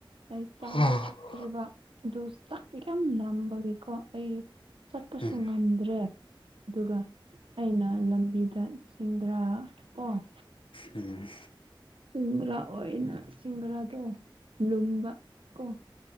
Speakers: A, on the right; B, on the left.
A: ꯑꯩ ꯆꯥ
B: ꯎꯝ
A: ꯊꯛꯇ꯭ꯔꯤꯕ ꯑꯗꯨ ꯆꯥꯛꯄ ꯌꯥꯝ ꯂꯝꯕꯒꯤꯀꯣ ꯑꯩ ꯆꯠꯄꯁꯨ
B: ꯎꯝ
A: ꯉꯝꯗ꯭ꯔꯦ ꯑꯗꯨꯒ ꯑꯩꯅ ꯂꯝꯕꯤꯗ ꯑ ꯑꯣ
B: ꯎꯝ
A: ꯁꯤꯡꯒꯔꯥ ꯑꯣꯏꯅ ꯁꯤꯡꯒꯔꯥꯗꯣ ꯂꯨꯝꯕ ꯀꯣ